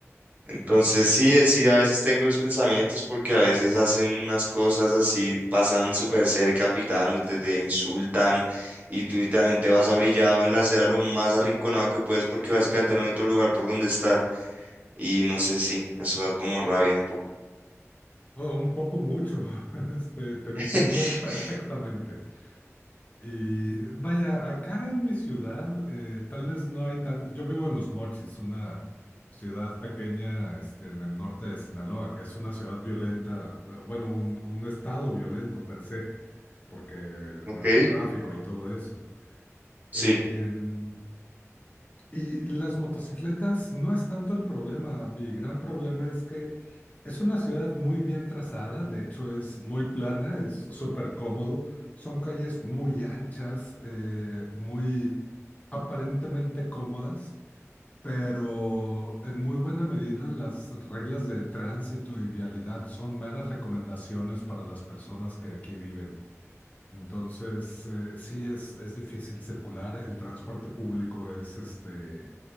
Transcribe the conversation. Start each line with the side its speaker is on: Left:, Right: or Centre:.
Right: entonces sí, eh, sí, a veces tengo esos pensamientos porque a veces hacen unas cosas así, pasan súper cerca pitándote, te insultan y tú literalmente vas abrillado en la acera lo más arrinconado que puedes porque básicamente no hay otro lugar por donde estar. Y no sé, sí, eso da como rabia un poco.
Left: Oh, un poco mucho. <laughs> Este, te entiendo
Right: <laughs>
Left: perfectamente. Y vaya, acá en mi ciudad, eh, tal vez no hay tan... Yo vivo en Los Mochis, una ciudad pequeña, este, en el norte de Sinaloa, que es una ciudad violenta, eh, bueno, un, un estado violento per se, porque
Right: Ok,
Left: narcotráfico y todo eso.
Right: sí,
Left: Em, y las motocicletas no es tanto el problema. Mi gran problema es que es una ciudad muy bien trazada, de hecho es muy plana, es súper cómodo. Son calles muy anchas, eh, muy aparentemente cómodas, pero en muy buena medida las reglas de tránsito y vialidad son meras recomendaciones para las personas que aquí viven. Entonces, eh, sí es, es difícil circular, el transporte público es este